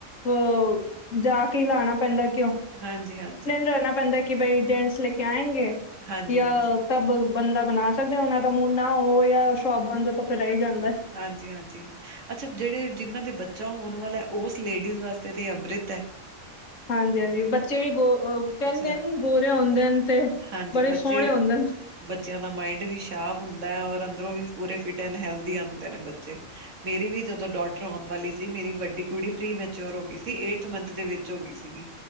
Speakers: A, on the left; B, on the right.
A: ਅ ਜਾ ਕੇ ਹੀ ਲਾਣਾ ਪੈਂਦਾ ਘਿਓ।
B: ਹਾਂਜੀ-ਹਾਂਜੀ।
A: ਰੈਣਾ ਪੈਂਦਾ ਕਿ ਬਈ ਜੇਟਸ ਲੈ ਕੇ ਆਏਗੇ,
B: ਹਾਂਜੀ
A: ਯਾ
B: ਹਾਂਜੀ
A: ਤਬ ਬੰਦਾ ਬਣਾ ਸ ਸਕਦੇ। ਓਨਾਂ ਦਾ ਮੁੜ ਨਾ ਹੋ ਯਾ ਸ਼ੋਪ ਬੰਦ ਹੋ ਤਾਂ ਫੇਰ ਰੈ ਈ ਜਾਂਦੈ।
B: ਹਾਂਜੀ-ਹਾਂਜੀ! ਅੱਛਾ ਜੇੜੇ, ਜਿਨਾਂ ਦੇ ਬੱਚਾ ਹੋਣ ਵਾਲੈ ਉਸ ਲੇਡੀਜ਼ ਵਾਸਤੇ ਤੇ ਅੰਮ੍ਰਿਤ ਐ। <inaudible>
A: ਹਾਂਜੀ-ਹਾਂਜੀ, ਬੱਚੇ ਵੀ ਗੋ-ਅ-ਕੈਂਦੇ
B: ਹੈ
A: ਨ, ਗੋਰੇ ਹੋਨਦੇ ਨ ਤੇ
B: ਹਾਂਜੀ
A: ਬੜੇ
B: ਬੱਚੇ
A: ਸੋਹਣੇ ਹੋਂਦੇ ਨ।
B: ਬੱਚਿਆਂ ਦਾ ਮਾਇੰਡ ਵੀ ਸ਼ਾਰਪ ਹੁੰਦੈ ਔਰ ਅੰਦਰੋਂ ਵੀ ਪੂਰੇ ਫਿਟ ਐਨ ਹੈਲਦੀ ਹੁੰਦੇ ਨੇ ਬੱਚੇ। ਮੇਰੀ ਵੀ ਜਦੋਂ ਡੋਟਰ ਹੋਣ ਵਾਲੀ ਸੀ, ਮੇਰੀ ਵੱਡੀ ਕੁੜੀ ਪ੍ਰੀ ਮੈਚਓਰ ਹੋ ਗੀ ਸੀ, ਏਠਥ ਮੰਥ ਦੇ ਵਿੱਚ ਹੋ ਗਈ ਸੀਗੀ।